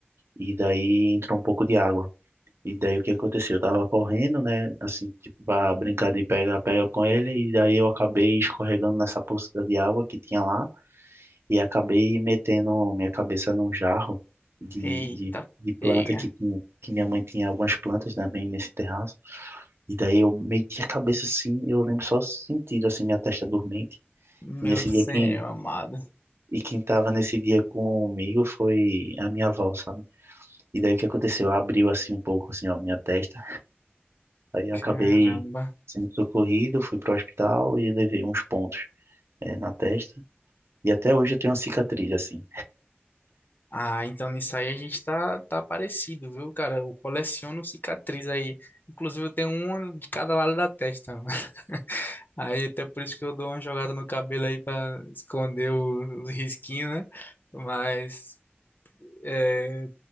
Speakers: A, on the right; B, on the left.
A: e daí entrou um pouco de água. E daí o que aconteceu? Eu tava correndo, né? Assim, tipo, pra brincar de pega-pega com ele, e daí eu acabei escorregando nessa poça de água que tinha lá, e acabei metendo minha cabeça num jarro de,
B: Eita,
A: de, de planta
B: pega.
A: que, tinha- que minha mãe tinha algumas plantas, também nesse terraço. E daí eu meti a cabeça assim, eu lembro só sentindo, assim, minha testa dormente.
B: Meu
A: E nesse
B: senhor
A: dia quem.
B: amado.
A: E quem tava nesse dia comigo foi a minha avó, sabe? E daí o que aconteceu? Ela Abriu assim um pouco, assim, ó, minha testa. Aí acabei
B: Caramba.
A: sendo socorrido, fui para o hospital e levei uns pontos, eh, na testa. E até hoje eu tenho uma cicatriz, assim.
B: Ah, então nisso aí a gente tá, tá parecido, viu, cara? Eu coleciono cicatriz aí. Inclusive eu tenho uma de cada lado da testa, mano. <laughs> Aí até por isso que eu dou uma jogada no cabelo aí pra esconder o- os risquinhos, né? Mas é,